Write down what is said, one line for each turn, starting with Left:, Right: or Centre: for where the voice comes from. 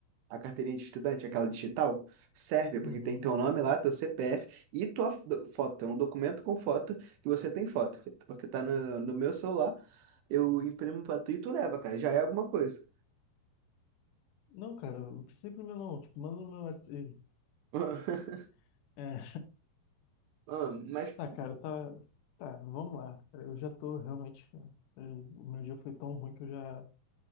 Right: a carteirinha de estudante, aquela digital, serve, porque
Left: Uhum.
Right: tem teu nome lá, teu CPF e tua fo- foto. É um documento com foto que você tem foto, porque tá no, no meu celular, eu imprimo pra tu e tu leva, cara, já é alguma coisa.
Left: Não, cara, não precisa imprimir não. Tipo, manda no meu WhatsApp. Ih,
Right: <laughs>
Left: Esquece. É,
Right: Ah, Mas,
Left: tá, cara, tá. Tá, vamos lá. Cara, eu já tô realmente. cara, eu- O meu dia foi tão ruim que eu já